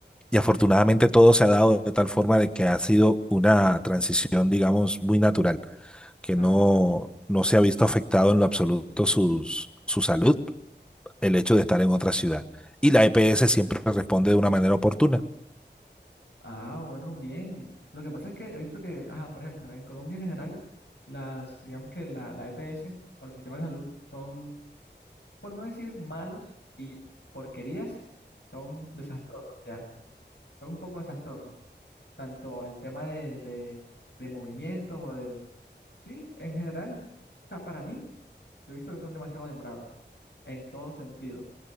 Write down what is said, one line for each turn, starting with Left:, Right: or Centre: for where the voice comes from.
Centre: Y afortunadamente todo se ha dado de tal forma de que ha sido una transición, digamos, muy natural, que
Left: Claro,
Centre: no,
Left: claro.
Centre: no se ha visto afectado en lo absoluto sus, su salud el hecho de estar en otra ciudad. Y la EPS siempre responde de una manera oportuna.
Left: Ah, bueno, bien. Lo que pasa es que he visto que, ajá, por ejemplo, en Colombia en general, las, digamos que la, la EPS o los sistemas de salud son, por no decir malos y porquerías, son desastrosos, ya. Son un poco desastrosos. Tanto el tema de, de, de movimientos o de, sí, en general, o sea, para mí, lo he visto que son demasiado demorados, en todo sentido.